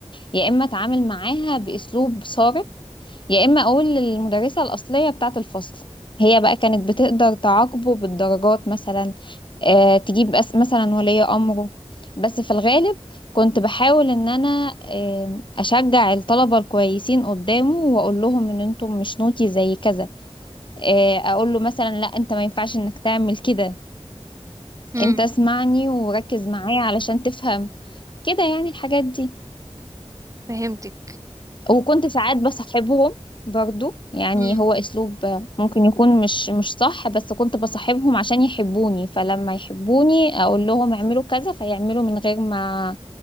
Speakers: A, on the left (about 45°); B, on the right (about 30°).
A: يا اما اتعامل معاها بأسلوب صارم يا اما اقول للمدرسه الاصليه بتاعه الفصل هي بقى كانت بتقدر تعاقبه بالدرجات مثلا آه تجيب أس مثلا ولي امره بس في الغالب كنت بحاول ان انا آه اشجع الطلبه الكويسين قدامه واقول لهم ان انتم مش نوتي زي كذا آه اقول له مثلا لا انت ما ينفعش انك تعمل كده
B: امم
A: انت اسمعني وركز معايا علشان تفهم كده يعني الحاجات دي
B: فهمتك
A: وكنت ساعات بصاحبهم برضو يعني
B: امم
A: هو اسلوب ممكن يكون مش مش صح بس كنت بصاحبهم عشان يحبوني فلما يحبوني اقول لهم اعملوا كذا فيعملوا من غير ما